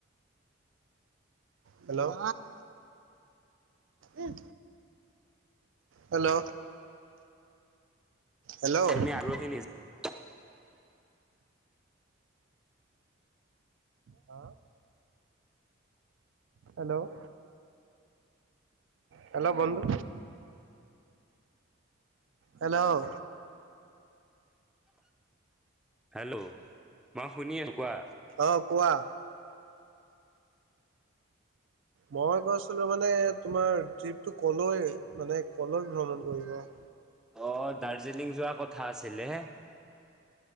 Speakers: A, on the right; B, in the centre.
A: হেল্ল'! উম। হেল্ল'! হেল্ল'
B: তুমি <unintelligible>
A: হাঁ? হেল্ল' হেল্ল' বন্ধু। হেল্ল'!
B: হেল্ল' মই শুনি আছো কোৱা।
A: অ কোৱা। মই কৈছিলো মানে তোমাৰ ট্ৰিপ টো কলৈ মানে ক'লৈ ভ্ৰমণ কৰিব?
B: অ' দাৰ্জিলিং যোৱা কথা আছিলে।